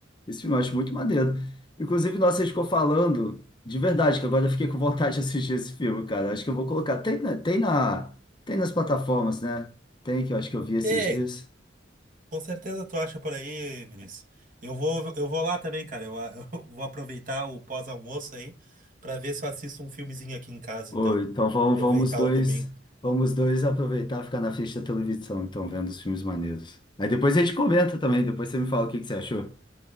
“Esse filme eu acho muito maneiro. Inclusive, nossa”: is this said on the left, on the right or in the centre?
Left